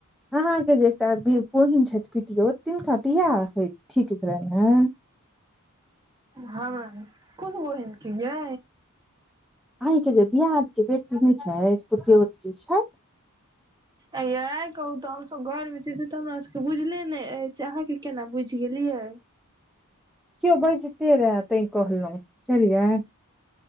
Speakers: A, in the centre; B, on the right.
A: अहाँ के जे एकटा बहिन छथि पितियोत, तिनका बिआाह हे ठीक भेलनि हँ।
B: हमरा कोन बहिन के यै?
A: आंहाँ के जे दियाद के बेटी नै छैथ, पितियोत जे छैथ।
B: एयै कहू तऽ, हमसब घर में छी से तऽ हमरा सबके बुझले ने अछि, अहा के केना बुझि गेलिये?
A: क्यों बैजते रहाँ ते कहलहु, सुनलियै।